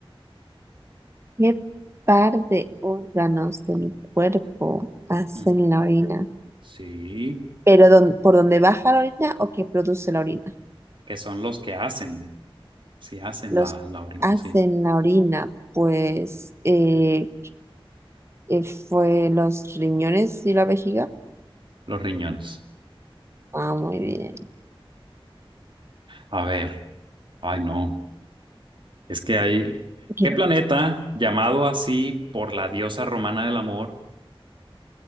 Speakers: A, on the right; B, on the right.
A: ¿Qué par de órganos de mi cuerpo hacen
B: Mm,
A: la orina?
B: Sí,
A: ¿Pero dón- por dónde baja la orina o qué produce la orina?
B: que son los que hacen, sí hacen
A: Los
B: la, la orina,
A: hacen
B: sí,
A: la orina, pues eh, eh, fue los riñones y la vejiga.
B: los riñones.
A: Ah, muy bien.
B: A ver, ay no, es que hay...
A: Ok.
B: ¿Qué planeta, llamado así por la diosa romana del amor,